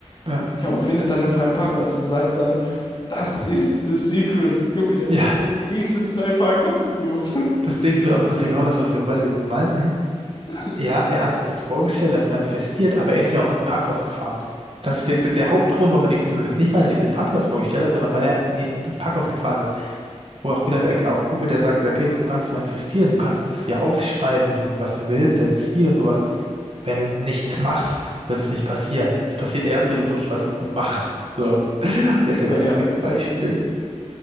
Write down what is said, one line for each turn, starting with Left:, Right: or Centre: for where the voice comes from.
Right: Ja.
Left: Tja, und findet dann einen freien Parkplatz und sagt dann, das ist the secret. Junge, der hat
Right: Ja.
Left: sich einfach nur irgendeinen freien Parkplatz gesucht.
Right: Das denke ich mir auch so, das ist ja genau das, was wir beide meinten.
Left: <laughs>
Right: Ja, er hat sich das vorgestellt, er hat es manifestiert, aber er ist ja auch ans Parkhaus gefahren. Das ist der, der, der
Left: Ja,
Right: Hauptgrund, warum er den gefunden hat. Ist nicht, weil er sich den Parkplatz vorgestellt hat, sondern weil er in den, ins Parkhaus gefahren ist. Wo auch wieder der auch Kumpel, der sagt, okay, du kannst es manifestieren, du kannst es dir aufschreiben, wie du, was du willst, dein Ziel und sowas. Wenn du nichts machst, wird es nicht passieren. Es passiert erst,
Left: genau,
Right: wenn du wirklich
Left: genau.
Right: was machst. So. Der ist ja
Left: Ja,
Right: das
Left: ja.
Right: perfekte Beispiel.